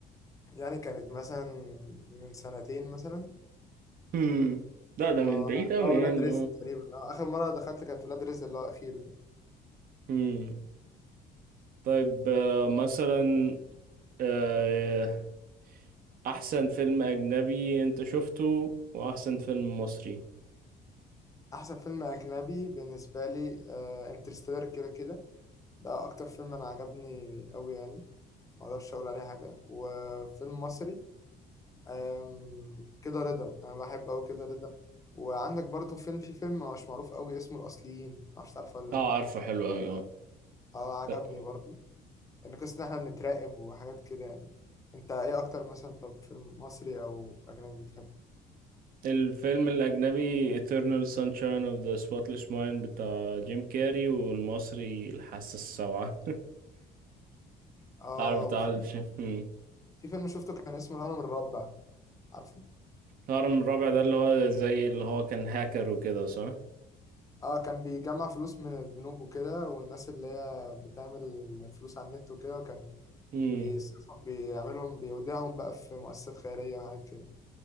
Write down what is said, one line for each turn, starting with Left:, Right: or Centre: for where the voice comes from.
Left: يعني كانت مثلا من سنتين مثلا
Right: هم لا ده من
Left: آه،
Right: بعيد أوي
Left: اللي هو
Right: يعني
Left: ولاد رزق تقريبا آه، اخر مره دخلت كانت ولاد رزق اللي هو الاخير ده
Right: اه طيب آه، مثلا آه، احسن فيلم اجنبي انت شفته واحسن فيلم مصري
Left: احسن فيلم اجنبي بالنسبه لي انترستيلر كده كده ده اكتر فيلم انا عجبني قوي يعني ما اقدرش اقول عليه حاجه وفيلم مصري أم، كده رضا انا بحب قوي كده رضا وعندك برضو فيلم في فيلم مش معروف قوي اسمه الاصليين ما اعرفش تعرفه ولا
Right: اه
Left: لا
Right: عارفه حلو قوي اه
Left: اه عجبني
Right: لا.
Left: برضو ان قصه ان احنا بنتراقب وحاجات كده يعني انت ايه اكتر مثلا طب فيلم مصري او اجنبي بتحبه
Right: الفيلم الاجنبي Eternal Sunshine of the Spotless Mind بتاع جيم كاري والمصري الحاسة السبعة <laughs>
Left: اه
Right: عارف بتاع
Left: وفي
Right: عادل الشام مم.
Left: في فيلم شفته كان اسمه الهرم الرابع عارفه
Right: الهرم الرابع ده اللي هو زي اللي هو كان هاكر وكده صح؟
Left: اه كان بيجمع فلوس من البنوك وكده والناس اللي هي بتعمل فلوس على النت وكده وكان
Right: امم
Left: بيس- بيعملهم بيوديهم بقى في مؤسسات خيرية وحاجات كده